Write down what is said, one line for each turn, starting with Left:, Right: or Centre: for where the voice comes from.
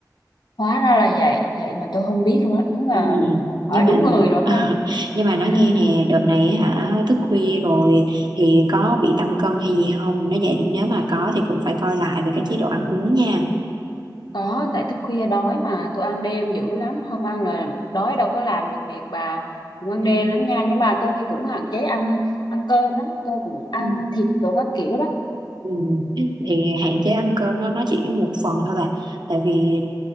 Left: hóa ra là vậy vậy mà tôi không biết luôn á đúng là
Right: ừ. nhưng
Left: hỏi đúng
Right: mà
Left: người rồi
Right: <laughs>
Left: ha
Right: nhưng mà nói
Left: <laughs>
Right: nghe nè đợt này á hả thức khuya rồi thì có bị tăng cân hay gì không nếu vậy nếu mà có thì cũng phải coi lại về cái chế độ ăn uống nha
Left: có tại thức khuya đói mà tôi ăn đêm dữ lắm không ăn là đói đâu có làm được việc bà cũng ăn
Right: Ừ.
Left: đêm lắm nha nhưng mà tôi cũng hạn chế ăn ăn cơm lắm tôi cũng ăn
Right: Ừ.
Left: thịt đồ các kiểu đó
Right: Ừ. thì hạn chế ăn cơm đó nó chỉ một phần thôi bà tại vì